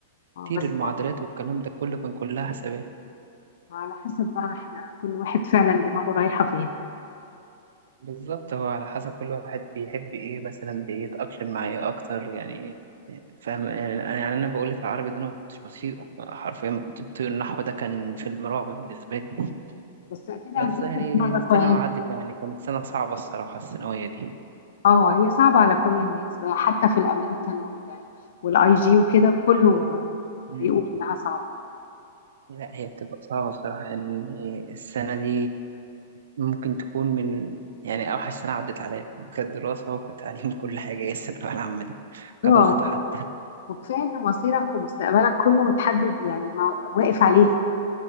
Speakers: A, on the left; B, on the right.
A: آه،
B: كتير
A: بس
B: المعادلات والكلام ده كله كان كلها حسابات
A: على حسب بقى احنا كل واحد فعلا دماغه رايحه فين
B: بالظبط هو على حسب كل واحد بيحب ايه مثلا بيتأقلم مع ايه اكتر يعني ايه فاهم انا يعني انا بقول لك العربي ده انا ما كنتش بطيقه حرفيا ما كنت بطيق النحو ده كان فيلم رعب بالنسبه لي
A: بس اكيد
B: بس
A: عديتوا
B: هي
A: بمرة
B: سنه
A: كويسه
B: وعدت يعني كانت سنه صعبه الصراحه الثانويه دي
A: اه هي صعبة على كل الناس بقى حتى في الامريكان وال والاي جي وكده كله آه،
B: مم.
A: بيقول انها صعبة
B: لا هي بتبقى صعبه الصراحه يعني السنه دي ممكن تكون من يعني اوحش سنه عدت عليا كدراسه وكتعليم كل حاجه هي الثانويه العامه دي كضغط
A: اه
B: حتى
A: وكفاية ان مصيرك ومستقبلك كله متحدد يعني ما واقف عليها